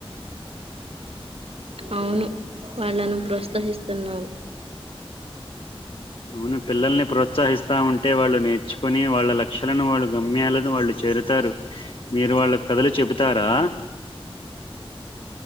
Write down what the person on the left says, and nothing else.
రూల్ పిల్లల్ని ప్రోత్సాహిస్తా వస్తా ఉంటే వాళ్ళు నేర్చుకుని వాళ్ళ లక్షలను వాళ్ళు గమ్యాలని వాళ్ళు చేరుతారు మీరు వాళ్ళకు కథలు చెబుతారా